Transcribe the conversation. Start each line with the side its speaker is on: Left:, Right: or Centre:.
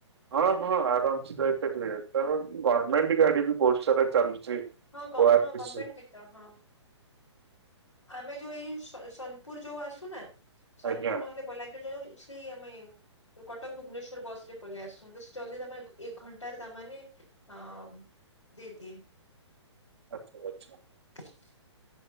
Right: ହଁ ହଁ ଆରାମସେ ଯାଇପାରିବେ ତ ଗମେଣ୍ଟ ଗାଡି ବି ବହୁତ ସାରା ଚାଲୁଛି।
Left: ହଁ
Right: ଓ ଆର
Left: ହଁ
Right: ଟି
Left: ଗମେଣ୍ଟ
Right: ସି
Left: ବି ତ ହଁ ଆମେ ଯୋଉ ଏଇ ଯୋଉ ସୋନପୁର ଯୋଉ ଆସୁନା ସୋନପୁର
Right: ଆଜ୍ଞା
Left: ନହେଲେ ବଲାଙ୍ଗୀର ସେଇ ଆମେ କଟକ ଭୁବନେଶ୍ଵର ବସ ରେ ପଳେଇ ଆସୁନ୍ତୁ ସେ ଜଲଦି ତେ ଏକ ଘଣ୍ଟାରେ ତାନେ ହ ଦିଦି।
Right: ଆଚ୍ଛା ଆଚ୍ଛା।
Left: <inaudible>